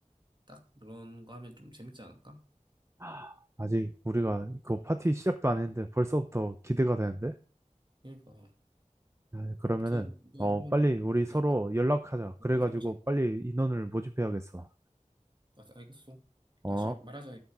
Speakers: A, on the right; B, on the right.
A: 딱 그런 거 하면 좀 재밌지 않을까?
B: 아, 아직 우리가 그 파티 시작도 안 했는데 벌써부터 기대가 되는데?
A: 그러니까
B: 아, 그러면은
A: 아무튼 이제
B: 어
A: 한번
B: 빨리 우리
A: 이제
B: 서로
A: 연락-
B: 연락하자.
A: 연락해보자.
B: 그래가지고 빨리 인원을 모집해야겠어.
A: 아, 알겠어.
B: 어.
A: 다시 말하자.